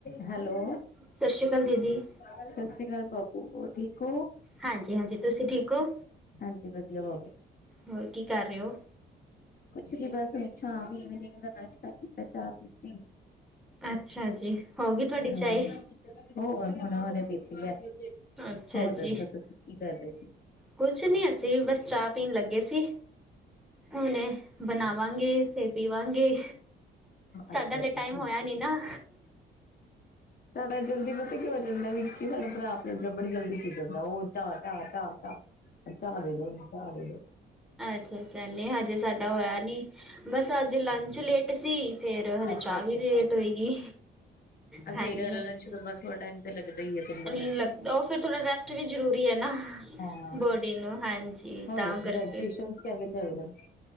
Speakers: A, on the left (about 50°); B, in the centre.
A: ਹੈਲੋ।
B: ਸਤਿ ਸ਼੍ਰੀ ਅਕਾਲ ਦੀਦੀ
A: ਸਤਿ ਸ੍ਰੀ ਅਕਾਲ ਬਾਪੂ ਹੋਰ ਠੀਕ ਹੋ
B: ਹਾਂਜੀ ਹਾਂਜੀ ਤੁਸੀਂ ਠੀਕ ਹੋ
A: ਹਾਂਜੀ, ਵਧੀਆ ਬਹੁ
B: ਹੋਰ ਕੀ ਕਰ ਰਹੇ ਹੋ
A: ਕੁਛ ਨਹੀਂ ਬਸ ਸ਼ਾਮ ਇਵਨਿੰਗ ਦਾ ਨਾਸ਼ਤਾ ਕੀਤਾ। ਚਾਹ ਪੀਤੀ
B: ਅੱਛਾ ਜੀ ਹੋ ਗਈ ਤੁਹਾਡੀ
A: ਹਾਂ।
B: ਚਾਏ
A: ਹੋਰ ਹੁਣ ਹੇਨੇ ਪਿਤੀ ਹੈ
B: ਅੱਛਾ
A: ਹੋਰ
B: ਜੀ
A: ਦੱਸੋ ਤੁਸੀਂ ਕੀ ਕਰਦੇ ਸੀ।
B: ਕੁਛ ਨੀ ਅਸੀਂ ਬਸ ਚਾਹ ਪੀਣ ਲੱਗੇ ਸੀ ਹੁਣੇ ਬਣਾਵਾਂਗੇ ਸਿਰ ਪੀਵਾਂਗੇ। ਸਾਡਾ
A: ਅੱਛਾ
B: ਜੇ ਟਾਈਮ
A: ਜੀ ਠੀਕ
B: ਹੋਇਆ ਨੀ ਨਾ।
A: ਹੈ ਸਾਡਾ ਜਲਦੀ ਪਤਾ ਕਿ ਹੋ ਜਾਂਦਾ ਵੀ ਸਾਡਾ ਭਰਾ ਆਪਣੇ ਬੜੀ ਜਲਦੀ ਕੀਤਾ ਉਹ ਚ ਚ ਚਾਹ ਚ ਚਾਹ ਵੋ ਚਾਹ ਵੋ।
B: ਅੱਛਾ ਅੱਛਾ ਨਹੀਂ ਹਜੇ ਸਾਡਾ ਹੋਇਆ ਨਹੀਂ ਬਸ ਅੱਜ ਲੰਚ ਲੇਟ ਸੀ। ਫੇਰ ਹਜੇ
A: ਅੱਛਾ
B: ਚਾਹ
A: ਅੱਛਾ
B: ਵੀ ਲੇਟ
A: ਅੱਛਾ ਅੱਛਾ
B: ਹੋਏਗੀ
A: ਆ
B: ਹਾਂਜੀ
A: ਸਹੀ ਗੱਲ
B: ਹਾਂਜੀ।
A: ਹੈ ਲੰਚ ਤੋਂ ਬਾਅਦ ਥੋੜਾ ਟਾਈਮ ਤੇ ਲੱਗਦਾ ਹੀ ਹੈ ਬੰਦਾ
B: ਲੱਗਦਾ
A: ਨੂੰ।
B: ਉਹ ਫੇਰ ਥੋੜਾ ਰੈਸਟ ਵੀ ਜਰੂਰੀ ਐ ਨਾ।
A: ਹਾਂ
B: ਬੋਡੀ ਨੂੰ ਹਾਂਜੀ
A: ਹੋਰ
B: ਤਾਂ
A: ਦੱਸੋ
B: ਕਰਕੇ।
A: ਤੁਹਾਡੀ ਟਿਊਸ਼ਨ ਕਿਵੇਂ ਚੱਲਦੇ ਨੇ